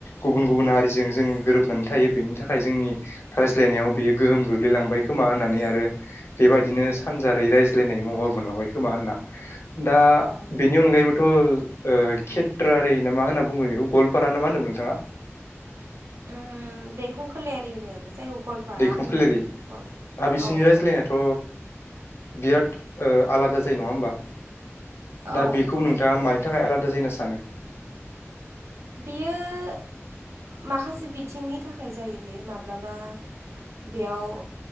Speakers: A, on the left (about 60°); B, on the right (about 70°).
A: गुबुन-गुबुन हारिजों जोङो गोरोबनानै थायो बेनि थाखाय जोंनि रायज्लायनायाव बेयो गोहोम गोग्लैलांबाय खोमा होननानै आरो बेबायदिनो सानजारै रायज्लायनाय महर मोनलांबाय खोमा होनना। दा
B: ओम
A: बे बेबोथ' ओ खेत्रारै ना मा होनना बुंगोन बेखौ गवालपारा ना मा होनदोंमोन नोंथाङा?
B: ओ दैखं खोलायारि होनो आरो जायगाखौ गवालपारा
A: दैखंखोलेरि
B: होननानै बुंगोन गवाल
A: दा बिसोरनि
B: औ
A: रायज्लायनायाथ'
B: औ।
A: बिराद ओ आलादा जायो। नङा होमबा?
B: औ
A: दा
B: ओम
A: बेखौ नोंथाङा मानि थाखाय आलादा जायो होना सानो?
B: बियो माखासे बिथिंनि थाखाय जायो बे माब्लाबा बेयाव